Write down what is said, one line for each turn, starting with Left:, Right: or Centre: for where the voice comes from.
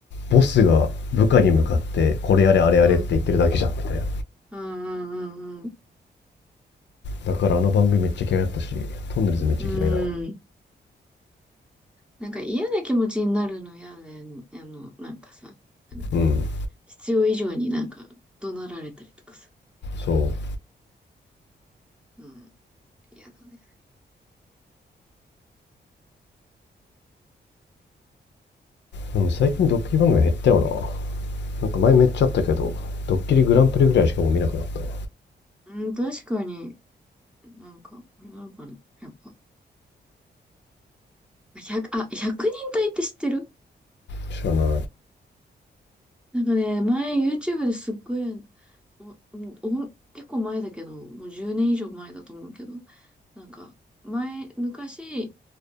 Left: ボスが部下に向かって、これやれあれやれって言ってるだけじゃんみたいな。
Centre: うん、うん、うん、
Left: だからあの番組めっちゃ嫌いだったし、トンネルズめっちゃ嫌いだわ。
Centre: うん。なんか嫌な気持ちになるの嫌で、あの、なんかさ、なんか
Left: うん、
Centre: 必要以上になんか怒鳴られたりとかさ。
Left: そう。
Centre: うん、嫌だね。
Left: でも最近ドッキリ番組減ったよな。なんか前めっちゃあったけど、ドッキリグランプリぐらいしかもう見なくなったね。
Centre: うん、確かに、なんか、あれなのかな。やっぱ、100、あ、1人隊って知ってる
Left: 知らない。
Centre: なんかね、前 YouTube ですっごい、お、お、結構前だけど、もう10年以上前だと思うけど、なんか、前、昔、